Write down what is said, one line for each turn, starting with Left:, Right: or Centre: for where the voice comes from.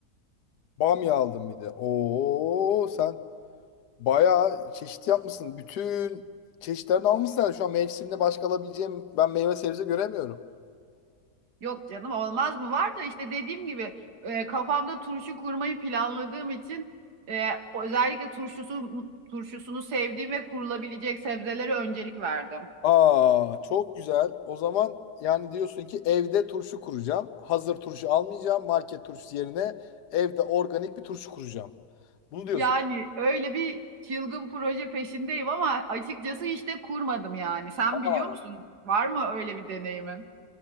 Left: bamya aldım bir de. Oo, sen bayağı çeşit yapmışsın. Bütün çeşitlerini almışsın. herhalde. Şu an mevsimde başka alabileceğim ben meyve sebze göremiyorum.
Right: Yok canım olmaz mı? Var da işte dediğim gibi e, kafamda turşu kurmayı planladığım için e, özellikle turşusu turşusunu sevdiğim ve kurulabilecek sebzelere öncelik verdim.
Left: Aa, çok güzel. O zaman yani diyorsun ki evde turşu kuracağım. Hazır turşu almayacağım. Market turşusu yerine evde organik bir turşu kuracağım. Bunu diyorsun.
Right: Yani öyle bir çılgın proje peşindeyim ama açıkçası işte kurmadım yani. Sen
Left: Aa.
Right: biliyor musun? Var mı öyle bir deneyimin?